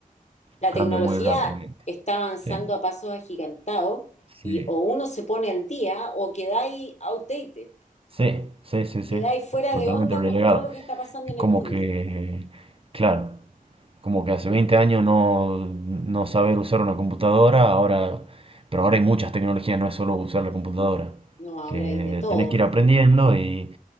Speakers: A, on the left; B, on the right.
A: La
B: cambia
A: tecnología
B: muy rápidamente,
A: está avanzando
B: sí,
A: a pasos agigantados
B: sí,
A: y o uno se pone al día o quedáis outdated,
B: sí, sí, sí, sí,
A: quedáis fuera
B: totalmente
A: de onda
B: relegado.
A: con todo lo que está pasando
B: Es
A: en
B: como
A: el mundo.
B: que, claro, como que hace 20 años no, no saber usar una computadora, ahora, pero ahora hay muchas tecnologías, no es solo usar la computadora,
A: No, ahora
B: que
A: hay de todo,
B: tenés que ir aprendiendo y